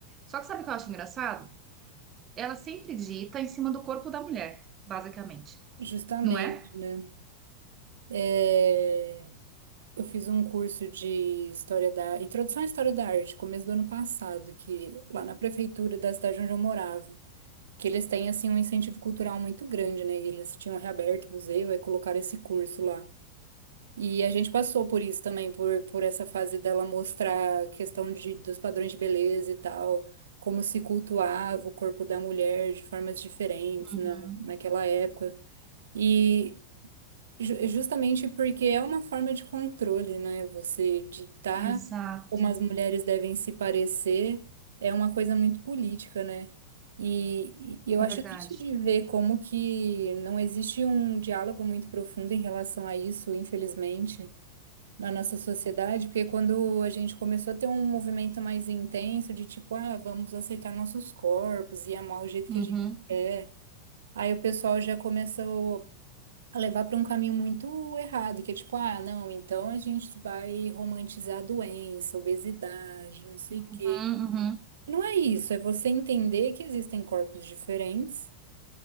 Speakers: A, on the right (about 30°); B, on the right (about 65°).
A: só que sabe o que eu acho engraçado? ela sempre dita em cima do corpo da mulher, basicamente,
B: Justamente,
A: não é?
B: né? É, eu fiz um curso de história da introdução à história da arte, começo do ano passado, que lá na prefeitura da cidade onde eu morava, que eles têm assim um incentivo cultural muito grande, né? E eles tinham reaberto o museu e colocaram esse curso lá. E a gente passou por isso também, por, por essa fase dela mostrar a questão de, dos padrões de beleza e tal, como se cultuava o corpo da mulher de formas diferentes
A: Uhum.
B: na, naquela época. E ju- justamente porque é uma forma de controle, né? Você ditar
A: Exato,
B: como as mulheres devem se parecer é uma coisa muito política, né? E, e eu
A: verdade.
B: acho triste de ver como que não existe um diálogo muito profundo em relação a isso, infelizmente na nossa sociedade, porque quando a gente começou a ter um movimento mais intenso de tipo, ah, vamos aceitar nossos corpos e amar o jeito
A: Uhum.
B: que a gente quer, aí o pessoal já começou a levar para um caminho muito errado, que é tipo, ah, não, então a gente vai romantizar a doença, obesidade, não sei
A: Uhum,
B: o quê.
A: uhum,
B: Não é isso, é você entender que existem corpos diferentes